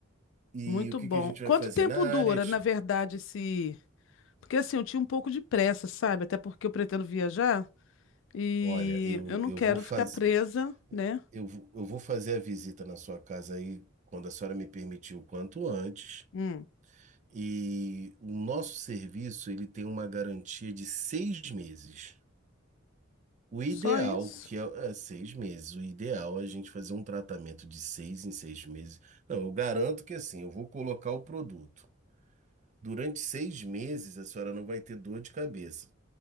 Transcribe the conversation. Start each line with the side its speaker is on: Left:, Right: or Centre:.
Right: E
Left: Muito
Right: o que
Left: bom.
Right: que a gente
Left: Quanto
Right: vai fazer
Left: tempo
Right: na
Left: dura,
Right: área? Ju?
Left: na verdade, esse. Porque assim, eu tinha um pouco de pressa, sabe? Até porque eu pretendo viajar e
Right: Olha, eu,
Left: eu não
Right: eu
Left: quero
Right: vou fazer
Left: ficar presa, né?
Right: eu, vou- eu vou fazer a visita na sua casa aí quando a senhora me permitir o quanto antes.
Left: Hum,
Right: E o nosso serviço ele tem uma garantia de seis meses. O ideal,
Left: só isso.
Right: que é, é seis meses, o ideal é a gente fazer um tratamento de seis em seis meses. Não, eu garanto que assim, eu vou colocar o produto. Durante seis meses, a senhora não vai ter dor de cabeça.